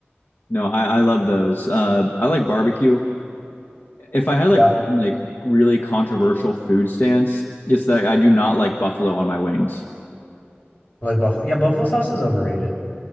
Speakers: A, on the left; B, on the left.
A: no, I, I love those. Uh, I like barbecue. If I had like
B: Yeah.
A: one, like really controversial food stance, it's that I do not like buffalo on my wings.
B: Like buffalo yeah, buffalo sauce is overrated.